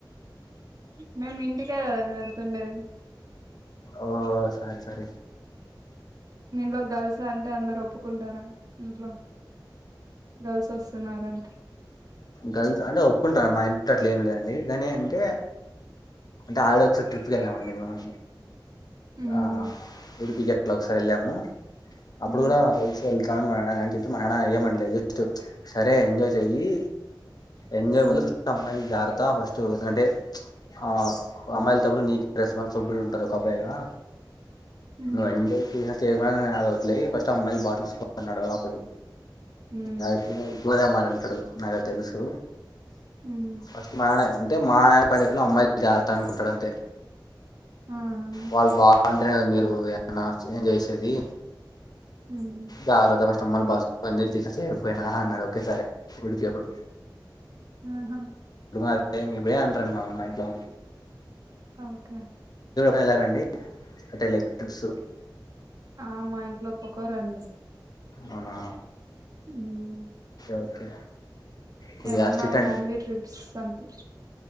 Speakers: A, on the right (about 45°); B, on the left (about 50°).
A: మేం ఇంటికాడ <unintelligible> తండే
B: ఓ సారి సారీ
A: నేను రేపు గర్ల్ అంటే అందరు ఒప్పుకుంటారా ఇంట్లో గర్ల్స్ వస్తున్నారంటే
B: గర్ల్ అంటే ఒప్పు కుంటా మా ఇంట్లో అట్లా ఏం లేదండి కాని అంటే అంటే ఆవిడ ఒకసారి ట్రిప్కి వెళ్ళామండి మేము
A: ఉమ్
B: ఆ ఉడిపిగిట్లట ఒకసారి వెళ్ళాము అప్పుడు
A: ఉమ్
B: కూడా కలిసి వెళ్ళా కానీ మా ఆయన చెప్తే మా ఆయన ఏమనలేదు జస్ట్ సరే ఎంజాయ్ చెయ్యి ఎంజాయ్
A: ఉమ్
B: ఫస్ట్ అమ్మాయి జాగ్రత్త ఫస్ట్ అంటే ఆ అమ్మాయిలతోప్పుడు నీ రెస్పాన్సిబిలిటీ ఉంటది ఒక అబ్బాయిగా
A: ఉమ్
B: నువ్వు ఎంజాయ్ చేసినా చేయకుడా అది వదిలేయి ఫస్ట్ అమ్మాయిలు బాగా చూసుకి అని అన్నాడు అప్పుడు
A: హ్మ
B: నా ఇప్పుడు ఇప్పుడుదే మాట అంటాడు నాకు తెలుసు
A: ఉమ్
B: ఫస్ట్ మానే అంటే మా <unintelligible> అమ్మాయి జాగ్రాతా అనుకుంటాడు అంతే
A: ఆహా
B: వాళ్ళు బాగుంటేనే కదా మీరు ఏమన్న ఎంజాయ్ చేసేది
A: ఉమ్
B: జాగ్రత్త ఫస్ట్ అమ్మాయిల్ని <unintelligible> పోయినాహా అన్నారు ఒకేసారి ఎప్పుడు
A: ఆహా
B: అది ఇదే అంటారండి మా అమ్మ మా ఇంట్ల
A: ఒకే ఒకే
B: వెళ్లారండి అంటే లైక్ ట్రిప్స్
A: ఆ మా ఇంట్లో ఒప్పుకోరండి
B: అవున
A: హ్ము
B: ఓకే కొద్దిగా
A: ఏమన్నా
B: స్ట్రిక్ట్ అండి
A: ఫ్యామిలీ ట్రిప్స్ అంతే